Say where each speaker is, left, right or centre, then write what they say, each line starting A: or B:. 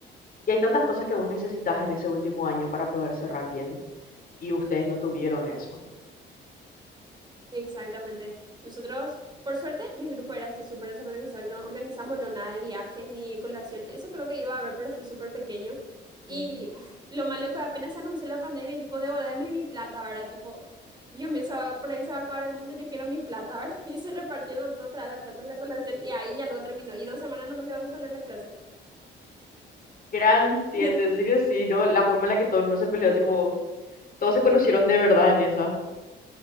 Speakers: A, on the left; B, on the right.
A: Y hay tantas cosas que vos necesitas en ese último año para poder cerrar bien. Y ustedes no tuvieron eso.
B: Exactamente. Nosotros, por suerte, mi grupo era así súper desorganizado y no organizamos lo nada de viajes ni de colación. Eso creo que iba a haber, pero así súper pequeño. Y
A: Ujú.
B: <laughs> lo malo que apenas se anunció la pandemia, y tipo, devolverme mi plata, ¿verdad? Tipo, Dios mío, se va- por ahí se va a acabar el mundo, yo quiero mi plata, ¿verdad? <laughs> Y se repartieron todo, tras la plata en la colación y ahí ya lo terminó. Y dos semanas nomás se va a suspender la clase. <laughs>
A: Gran siete,
B: No,
A: en serio sí, ¿no? La forma en la que todo el mundo se peleó, tipo, todos se conocieron de verdad en esa.